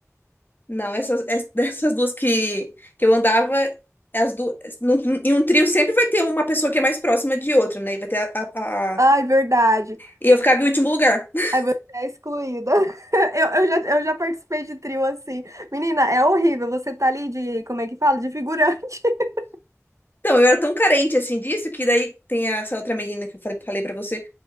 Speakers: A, on the left; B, on the right.
A: não, essas, es- <laughs> dessas duas que, que eu andava, as duas. num- num- em um trio sempre vai ter uma pessoa que é mais próxima de outra, né? E vai ter a, a- a-
B: Ai, verdade.
A: E eu ficava em último lugar. <laughs>
B: Aí você é excluída. <laughs> Eu, eu já, eu já participei de trio assim. Menina, é horrível. Você tá ali de, como é que fala? De figurante. <laughs>
A: Então, eu era tão carente assim disso que daí tem essa outra menina que eu falei, falei pra você,